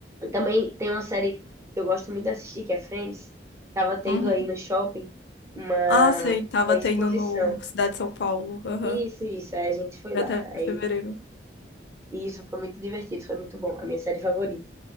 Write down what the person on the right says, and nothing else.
também tem uma série que eu gosto muito de assistir, que é Friends. Tava tendo
aí no shopping uma,
uma exposição.
Isso, isso. Aí a gente foi
lá.
Aí,
e isso foi muito divertido, foi muito bom. A minha série favorita.